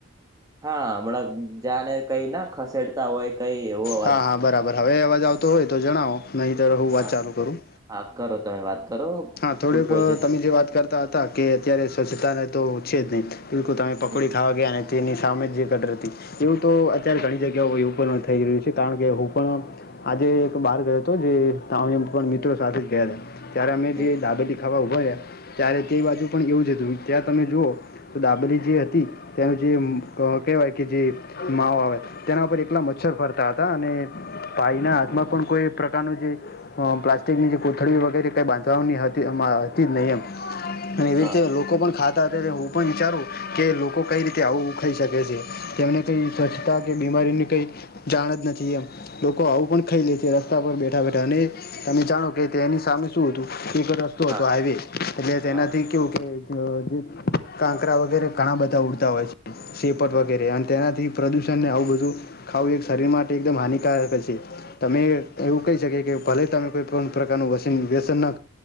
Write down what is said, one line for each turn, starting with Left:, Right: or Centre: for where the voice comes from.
Right: હા હમણાં જા ને કઈ ના ખસેડતા હોય. કઈ એવું.
Left: હા હા બરાબર હવે અવાજ આવતો હોય તો જણાવો નહીં તો હું
Right: ના
Left: વાત ચાલું કરું?
Right: હા કરો તમે વાત કરો.
Left: હા થોડીક
Right: ફૂડ પોઈઝન
Left: તમે
Right: વિશે
Left: જે વાત કરતા હતા કે અત્યારે સ્વચ્છતાને તો છે જ નહી. બિલકુ તમે પકોડી
Right: હમ
Left: ખાવા ગયા અને તેની સામે જ જે કટરતી એવું તો અત્યારે ઘણી જગ્યાઓ એવું પણ થઈ રહ્યું છે કારણ કે હું પણ આજે એક બાર ગયો હતો જે મિત્રો સાથે જ ગયા હતા ત્યારે અમે
Right: એવું
Left: જે દાબેલી થવા ઉભા રહ્યા ત્યારે તે બાજુ પણ એવું જ હતું ત્યાં તમે જુઓ તો ડાબરી જે હતી. તેનું જે કહેવાય કે જે માવ આવે. તેના ઉપર એકલા મચ્છર ફરતા હતા અને ભાઈના હાથમાં પણ કોઈ પ્રકારનું જે પ્લાસ્ટિકની જે કોથળી વગેરે કઈ બાંધ હતી જ નહીમ એવી
Right: હા
Left: રીતે લોકો પણ ખા તા ત્યારે હું પણ વિચારું કે લોકો કઈ રીતે આવું ખાઈ શકે છે તેમને કઈ સ્વચ્છતા કે બીમારીની કઈ જાણ જ નથીમ. લોકો આવું પણ ખાઈ લે છે રસ્તા પર બેઠા બેઠા અને તમે જાણો કે તેની સામે શું હતું. એક રસ્તો
Right: હા
Left: હતો હાઈવે એટલે તેનાથી
Right: હા
Left: કેવું કે. જે કાંકરા વગેરે ઘણા બધા ઉડતા હોય છે. સેપટ વગેરે અને તેનાથી પ્રદુષણને આવું બધું. ખાવું એક શરીર માટે એકદમ હાનિકારક છે. તમે એવું કહી શકી કે ભલે તમે કોઈ પ્રકારનું વ વ્યસન ના.